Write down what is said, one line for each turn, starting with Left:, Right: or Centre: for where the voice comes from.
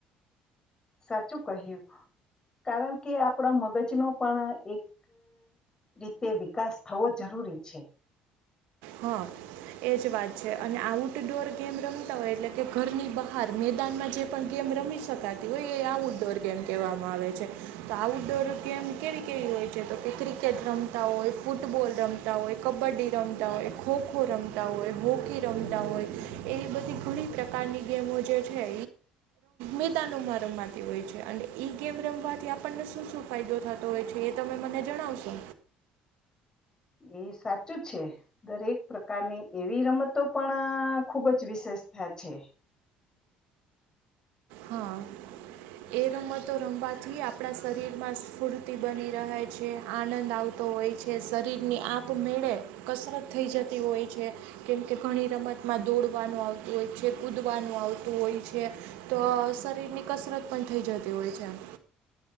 Left: સાચું કહ્યું કારણ કે આપણા મગજનો પણ એક રીતે વિકાસ થવો જરૂરી છે
Right: હા એજ વાત છે અને આઉટડોર ગેમ રમતા હોય એટલે કે ઘરની બહાર મેદાનમાં જે પણ ગેમ રમી શકાતી હોય એ આઉટડોર ગેમ કહેવામાં આવે છે તો આઉટડોર ગેમ કેવી કેવી હોય છે તો કે ક્રિકેટ રમતા હોય ફૂટબોલ રમતા હોય કબડ્ડી રમતા હો હોય ખોખો રમતા હોય હોકી રમતા હોય એવી બધી ઘણી પ્રકારની ગેમો જે છે મેદાનોમાં રમાતી હોય છે અને ગેમ રમવાથી આપણને શું શું ફાયદો થતો હોય છે એ તમે મને જણાવશો
Left: એ સાચું છે દરેક પ્રકારની એવી રમતો પણ ખુબ જ વિશેષતા છે
Right: હા એ રમતો રમવાથી આપણા શરીરમાં સ્ફૂર્તિ બની રહે છે આનંદ આવતો હોય છે શરીરની આપમેળે કસરત થઈ જતી હોય છે કેમકે ઘણી રમતમાં દોડવાનું આવતું હોય છે કૂદવાનું આવતું હોય છે તો શરીર ની કસરત પણ થઈ જતી હોય છે એમ